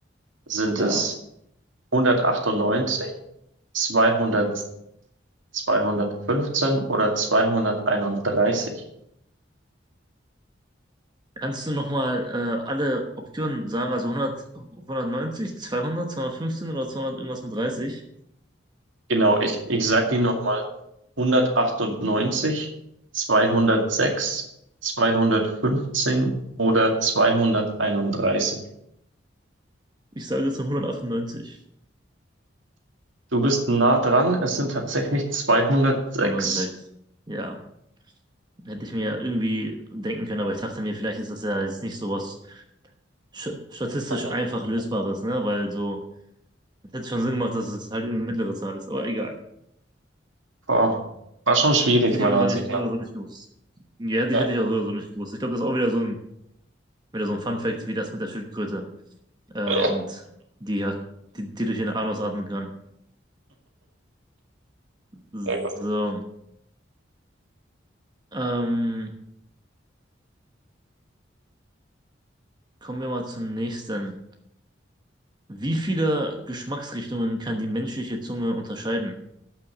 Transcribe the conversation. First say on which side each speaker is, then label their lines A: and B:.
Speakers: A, on the right; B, on the right.
A: Sind
B: Ja.
A: es 198, 200, 215 oder 231?
B: Kannst du nochmal äh, alle Optionen sagen? Also 100, 190, 200, 215 oder 200 irgendwas mit 30?
A: Genau, ich, ich sag die nochmal. 198, 206, 215 oder 231.
B: Ich sage jetzt nur 198.
A: Du bist nah dran, es sind tatsächlich 206.
B: 106. Ja, hätte ich mir irgendwie denken können, aber ich dachte mir, vielleicht ist das ja jetzt nicht so was sch- statistisch
A: <laughs>
B: einfach Lösbares, ne? Weil so, es hätte schon Sinn gemacht, dass es halt irgendeine mittlere Zahl ist, aber egal.
A: Boah, war schon schwierig,
B: Hätte
A: meiner
B: ich auf jeden
A: Ansicht
B: Fall nicht,
A: nach.
B: so oder so nicht gewusst. Ja, hätte
A: Ja,
B: ich, hätte ich auch so oder so nicht gewusst. Ich glaube, das ist auch wieder so ein, wieder so ein Fun-Fact, wie das mit der Schildkröte, äh,
A: ja,
B: und die, ja- die, die durch ihren Anus atmen kann. So,
A: sehr gut.
B: ähm, kommen wir mal zum nächsten. Wie viele Geschmacksrichtungen kann die menschliche Zunge unterscheiden?